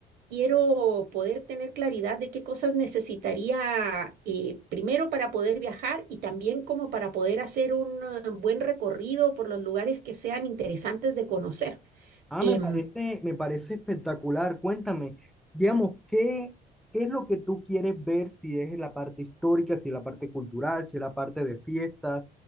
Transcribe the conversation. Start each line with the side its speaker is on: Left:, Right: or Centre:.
Right: quiero poder tener claridad de qué cosas necesitaría eh, primero para poder viajar y también como para poder hacer un eh, buen recorrido por los lugares que sean interesantes de conocer.
Centre: Ah,
Right: Em,
Centre: me parece, me parece espectacular. Cuéntame, digamos, ¿qué, qué es lo que tú quieres ver? Si es la parte histórica, si es la parte cultural, si es la parte de fiestas,